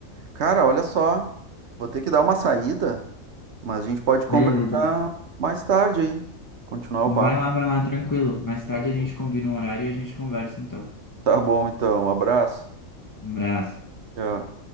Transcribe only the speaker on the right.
Cara, olha só, vou ter que dar uma saída, mas a gente pode
conversar mais tarde aí, continuar o
papo.
Beleza?
Tá bom, então. Um abraço.
Tchau.